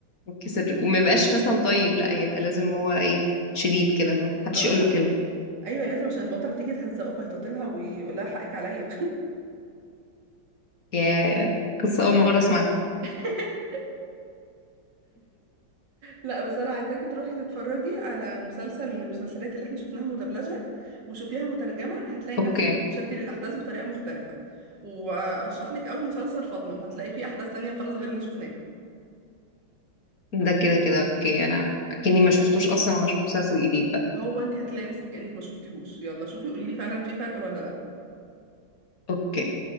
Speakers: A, on the left; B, on the right.
A: يتكسر وما يبقاش مثلا طيب لا يبقى لازم هو ايه شديد كده ما حدش
B: اه
A: يقول له كلمه
B: ايوه لازم عشان البطله تيجي تهزقه فيتطلها ويقول لها حقك عليا
A: يا قصه اول مره اسمعها
B: <laughs> لا بس انا عايزاكي تروحي تتفرجي على مسلسل من المسلسلات اللي احنا شفناها مدبلجة وشوفيها مترجمة هتلاقي
A: اوكي
B: نفسك بتتشدي للاحداث بطريقة مختلفة وارشح لك قوي مسلسل فاطمة هتلاقي فيه احداث تانية خالص غير اللي شفناها
A: ده كده كده اوكي انا كاني ما شفتوش اصلا وهشوف مسلسل جديد بقى
B: هو انت هتلاقي نفسك كأنك ما شفتيهوش يلا شوفي قولي لي فعلا في فرق ولا لا
A: اوكي